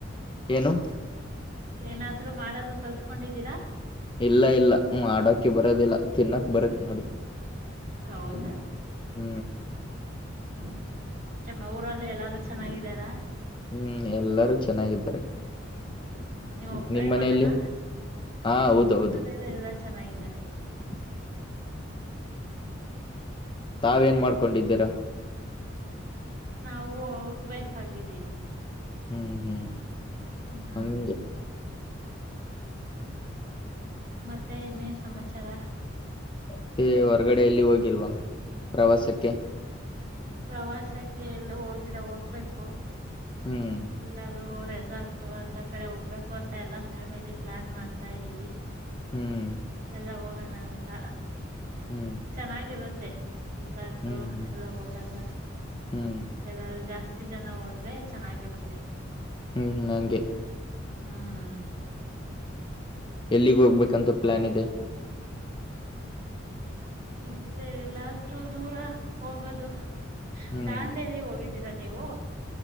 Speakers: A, on the left (about 25°); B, on the right (about 45°).
A: ಏನು
B: ಏನಾದ್ರು ಮಾಡೋದು ಕಲ್ತ್ಕೊಂಡಿದ್ದೀರಾ
A: ಇಲ್ಲ ಇಲ್ಲ ಮಾಡೋಕ ಬರೋದಿಲ್ಲ ತಿನ್ನಕ್ ಬರತ್ ನೋಡಿ
B: ಹೌದಾ
A: ಹ್ಮ್
B: ಹ್ಮ್್ಮ ಮೆಮ್ಮ ಊರಲ್ಲಿ ಎಲ್ಲಾರು ಚೆನ್ನಾಗಿದಾರ
A: ಹ್ಮ್ ಎಲ್ಲರೂ ಚೆನ್ನಾಗಿದ್ದಾರೆ
B: ಹಮ್ಮ ನೀವ್ ಒಬ್ರೇ
A: ನಿಮ್ ಮನೆಯಲ್ಲಿ
B: ಮಗನ
A: ಹಾ ಹೌದೌದು
B: ಮನ ಎಲ್ಲ ಚೆನ್ನಾಗಿದ್ದಾರೆ
A: <inaudible> ತಾವೇಏನ್ ಮಾಡ್ಕೊಂಡಿದ್ದೀರಾ
B: ನಾವು ಹೌಸ್ ವೈಫ್ ಆಗಿದ್ದೀವಿ
A: ಹ್ಮ್ ಹ್ಮ್
B: ಹ್ಮ್
A: ಹಾಂಗ್
B: ಮತ್ತೆ ಇನ್ನೇ ಸಮಾಚಾರ
A: ಮತ್ತೆ ಹೊರ್ಗಡೆಯಲ್ಲಿ ಹೋಗಿಲ್ವಾ ಪ್ರವಾಸಕ್ಕೆ
B: ಪ್ರವಾಸಕ್ಕೆ ಎಲ್ಲೂ ಹೋಗಿಲ್ಲ ಹೋಗ್ಬೇಕು
A: ಹ್ಮ್
B: ಎಲ್ಲರೂ ರೆಸಾರ್ಟ್ ಅಂತ ಕಡೆ ಹೋಗ್ಬೇಕು ಅಂತ ಎಲ್ಲ ಫ್ಯಾಮಿಲಿ ಪ್ಲಾನ್ ಮಾಡ್ತಾ ಇದ್ದೀವಿ
A: ಹ್ಮ್
B: ಲ್ಲ ಹೋಗೋಣ ಅಂತ
A: ಹ್ಮ್
B: ಚೆನ್ನಾಗಿರುತ್ತೆ ಇಜ ಆತು
A: ಹ್ಮ್ ಹ್ಮ್
B: ಎಲ್ಲ ಹೋದಾಗ
A: ಹ್ಮ್ ಹ್ಮ್
B: ಎಲ್ಲಾರೂ ಜಾಸ್ತಿ ಜನ ಹೋದ್ರೆ ಚೆನ್ನಾಗಿರುತ್ತೆ
A: ಹ್ಮ್ ನಂಗೆ
B: ಹ್ಮ್
A: ಎಲ್ಲಿಗ್ ಹೋಗ್ಬೇಕಂತ ಪ್ಲಾನ್ ಇದೆ.
B: ಇಲ್ಲೇ ಎಲ್ಲಾದ್ರೂ ದೂರ ಹೋಗೋದು.
A: ಹ್ಮ್
B: ದಾಂಡೇಲಿ ಹೋಗಿದಿರಾ ನೀವು